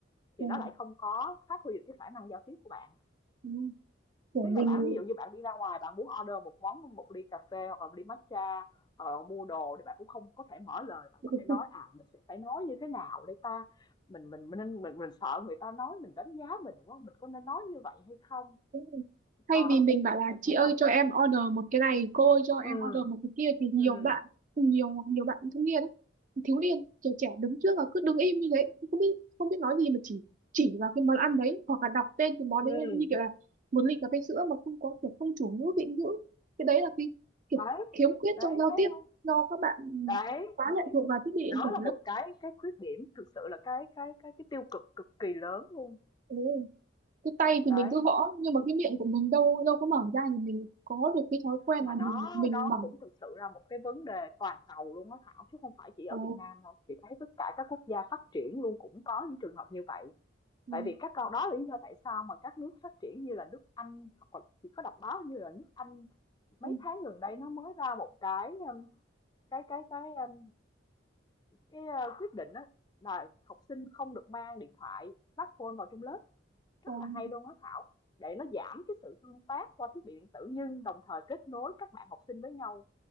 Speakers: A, on the right; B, on the left.
A: kiểu,
B: thì nó lại không có phát huy được cái khả năng giao tiếp của bạn
A: đúng rồi. kiểu
B: tức
A: mình
B: là bạn ví dụ như bạn đi ra ngoài bạn muốn order một món một ly cà phê hoặc là một ly matcha hoặc là mua đồ thì bạn cũng không có thể mở lời bạn
A: đúng
B: có thể nói à mình sẽ phải nói như thế nào để ta mình mình mình mình, mình, mình sợ người ta nói mình đánh giá mình đúng không mình có nên nói như vậy hay không
A: rồi.
B: đó
A: thay vì mình bảo là
B: em
A: chị
B: thấy
A: ơi
B: không
A: cho em order một cái này cô ơi cho em
B: ừ
A: order một cái kia thì nhiều
B: ừ
A: bạn nhiều nhiều bạn thanh niên ấy, thiếu niên trẻ trẻ đứng trước và cứ đứng im như thế không biết không biết nói gì mà chỉ chỉ vào cái món ăn đấy hoặc là đọc tên cái món
B: ừ
A: đấy lên như kiểu là một ly cà phê sữa mà không có kiểu không chủ ngữ vị ngữ cái đấy là cái kiểu
B: đấy
A: khiếm khuyết
B: đấy
A: trong giao
B: thấy
A: tiếp
B: không
A: do các bạn
B: đấy
A: quá
B: đấy
A: lệ thuộc vào thiết bị
B: đó
A: điện tử
B: là một cái cái khuyết điểm thực sự là cái cái cái cái tiêu cực cực kỳ lớn luôn
A: đó cái tay thì
B: đấy
A: mình cứ gõ nhưng mà cái miệng của mình đâu đâu có mở ra thì mình có được cái thói quen
B: Mà
A: là
B: nó
A: mình mình
B: nó
A: mở
B: cũng thực sự là một cái vấn đề toàn cầu luôn á Thảo, chứ không phải chỉ ở
A: ừ,
B: Việt Nam đâu. Chị thấy tất cả các quốc gia phát triển luôn cũng có những trường hợp như vậy.
A: ừ,
B: Tại vì các con đó là lý do tại sao mà các nước phát triển như là nước Anh hoặc là chỉ có đọc báo như là nước Anh mấy
A: không,
B: tháng gần đây nó mới ra một cái um, cái cái cái um, cái ờ, quyết định á là học sinh không được mang điện thoại smartphone vào trong lớp
A: không.
B: rất là hay luôn á Thảo để nó giảm cái sự tương tác qua thiết bị điện tử nhưng đồng thời kết nối các bạn học sinh với nhau